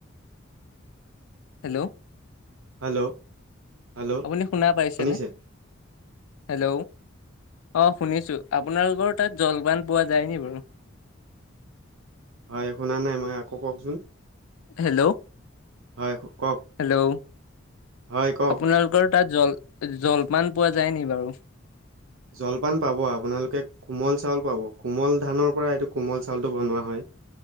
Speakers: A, on the left; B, on the right.
A: হেল্ল'।
B: হেল্ল'। হেল্ল'
A: আপুনি শুনা পাইছেনে?
B: শুনিছে?
A: হেল্ল'। অ' শুনিছোঁ। আপোনালোকৰ তাত জলপান পোৱা যায় নি বাৰু?
B: হয় শুনা নাই মই, আকৌ কওকচোন।
A: হেল্ল'।
B: হয় কওক।
A: হেল্ল'।
B: হয় কওক।
A: আপোনালোকৰ তাত জল জলপান পোৱা যায় নি বাৰু?
B: জলপান পাব, আপোনালোকে কোমল চাউল পাব, কোমল ধানৰ পৰা এইটো কোমল চাউলটো বনোৱা হয়।